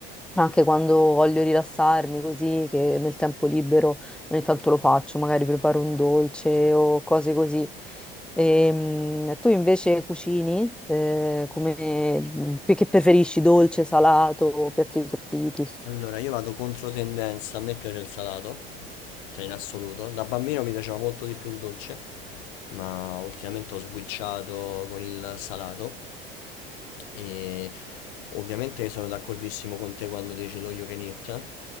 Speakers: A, in the centre; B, on the left.
A: Anche quando voglio rilassarmi così, che nel tempo libero ogni tanto lo faccio, magari preparo un dolce o cose così. Ehm, tu invece cucini, eh, come, che che preferisci, dolce, salato, piatti preferiti?
B: Allora, io vado contro tendenza, a me piace il salato, cioè in assoluto. Da bambino mi piaceva molto di più il dolce, ma ultimamente ho switchato con il salato. E ovviamente sono d'accordissimo con te quando dici lo you can eat,